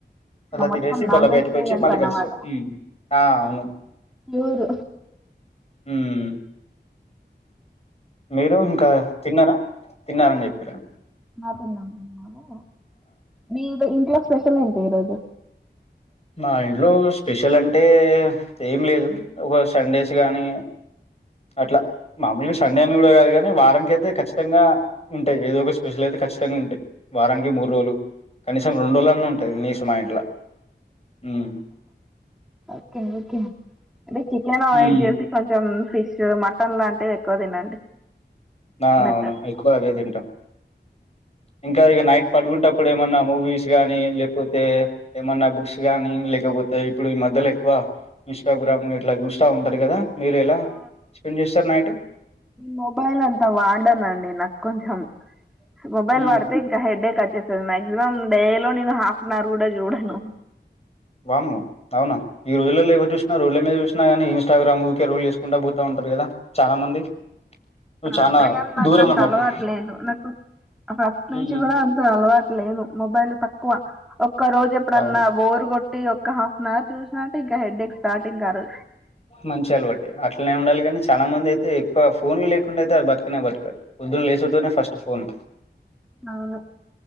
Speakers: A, on the left; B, in the centre.
A: అలా
B: మొత్తం
A: తినేసి
B: నాన్
A: మల్ల
B: వెజిటేరియన్స్
A: బయటకు వచ్చి మళ్ళీ
B: అన్నమాట
A: కలుస్తాం ఉమ్ ఆ అవును
B: ప్యూర్
A: ఉమ్ మీరు ఇంకా తిన్నారా తిన్నరం చెప్ ర
B: మాకున్న ఇన్నాళ్లు మీ ఇంట్లో స్పెషల్ ఏంటి ఈరోజు
A: మా ఇంట్లో స్పెషల్ అంటే ఏం లేదు. ఒక సండేస్ కానీ అట్లా మామూలుగా సండే అని కూడా కాదు కానీ వారానికి అయితే ఖచ్చితంగా ఉంటాయి ఏదో ఒక స్పెషల్ అయితే ఖచ్చితంగా ఉంటాయి. వారానికి మూడు రోజులు కనీసం రెండు రోజుల అన్నీ ఉంటాయి నీస్ మా ఇంట్ల హ్మ్
B: ఓకే ఓకే అంటే అవాయిడ్
A: హ్మ్
B: చేసి కొంచెం ఫిష్ మటన్ లాంటివి ఎక్కువ తినండి.
A: ఆ
B: బెటర్
A: అవును ఎక్కువ అవే తింటాం ఇంకా ఇక నైట్ పడుకుంటప్పుడు ఏమన్నా మూవీస్ కానీ లేకపోతే ఏమన్నా బుక్స్ కానీ లేకపోతే ఇప్పుడు ఈ మధ్యలో ఎక్కువ ఇన్స్టాగ్రామ్ ఇట్లా చూస్తా ఉంటారు కదా మీరు ఎలా
B: ఆ
A: స్పెండ్ చేస్తారు నైట్?
B: మొబైల్ వాడనండి నాకు కొంచెం మొబైల్
A: హ్మ్
B: వాడుతే ఇంకా హెడేక్ మాక్సిమం డే లో నేను హాఫ్ అన్ అవర్ కూడా చూడాను.
A: వామ్మో! అవునా? ఈ రోజులలో ఎవరు చూసినా రోజల మీద చూసినా కానీ ఇస్టాగ్రామ్ రోల్ చేసుకుంటా పోతా ఉంటారు కదా చాలా మంది నువ్వు చానా
B: అంతేగాని నాకు
A: దూరం
B: అంత
A: అన్నట్టు
B: అలవాటు లేదు. నాకు ఫస్ట్ నుంచి
A: ఉమ్
B: కూడా అంత అలవాటు లేదు మొబైల్ తక్కువ ఒక రోజు ఎప్పుడన్నా
A: అవును
B: బోర్ కొట్టి ఒక హాఫ్ అన్ అవర్ చూసినట్ ఇంకా హెడ్డేక్ స్టార్ట్ ఇంకా ఆ రో
A: మంచి అలవాటే అట్లనే ఉండాలి. కానీ చాలా మంది అయితే ఎక్కువ ఫోన్లు లేకుండా అయితే అది బతుకనే బతుకరు. పొద్దునా లేసుడు తోనే ఫస్ట్ ఫోన్
B: అవును